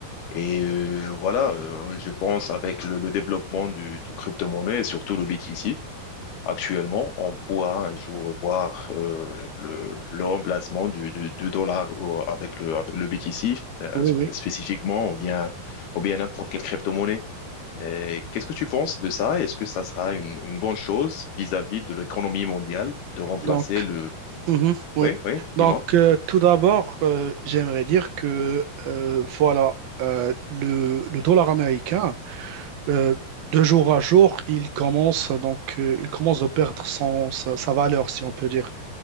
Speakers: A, on the left; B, on the right.
A: Et euh, voilà, euh, je pense avec le, le développement du, de crypto-monnaie, et surtout le BTC, actuellement, on pourra un jour voir euh, le, le remplacement du, du, du dollar au- avec le, avec le BTC, euh,
B: Oui, oui.
A: spécifiquement, ou bien, ou bien n'importe quelle crypto-monnaie. Et Qu'est-ce que tu penses de ça? Est-ce que ça sera une, une bonne chose vis-à-vis de l'économie mondiale de remplacer
B: Donc,
A: le,
B: mhm, oui.
A: oui, oui,
B: Donc,
A: dis-moi.
B: euh, tout d'abord, euh, j'aimerais dire que euh, voilà, euh, le, le dollar américain, euh, de jour à jour, il commence donc, euh, il commence de perdre son, sa, sa valeur, si on peut dire.